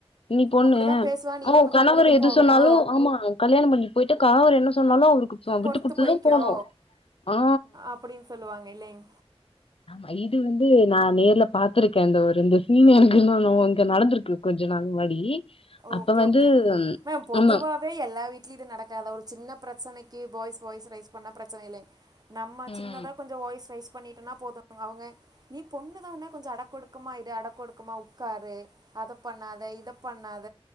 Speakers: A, on the left (about 65°); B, on the right (about 40°).
A: நீ பொண்ணு
B: அப்படிதா பேசுவா நீதா
A: ஓ
B: கொஞ்ச
A: கணவர்
B: பொறுத்து
A: எது
B: போகணு
A: சொன்னாலு ஆமா கல்யாணோ பண்ணீட் போயிட்டா கணவர் என்ன சொன்னாலு அவருக்கு
B: பொறுத்து
A: <unintelligible> குடுத்து
B: போய்க்கோ
A: தா போணு ஆ
B: அப்படின்னு சொல்லுவாங்க இல்லைங்
A: ஆமா இது வந்து நா நேர்ல பாத்துருக்க அந்த ஒரு இந்த சீன்னு எனக்கு இன்னொன்னுவ் இங்க நடந்திருக்கு கொஞ்ச நாள் முன்னாடி அப்ப
B: ஓகே
A: வந்து
B: ஓகே மேம் பொதுவா
A: ஆமா
B: வே எல்லா வீட்லியு இது நடக்காத ஒரு சின்ன பிரச்சனைக்கு பாய்ஸ் வாய்ஸ் ரைஸ் பண்ணா பிரச்சன இல்லிங் நம்ம
A: ம்
B: சின்னதா கொஞ்சோ வாய்ஸ் ரைஸ் பண்ணிட்டன்னா போது <inaudible> அவங்க நீ பொண்ணு தான கொஞ்சோ அடக்க ஒடுக்கமா இரு அடக்க ஒடுக்கமா உக்காரு அத பண்ணாத இத பண்ணாத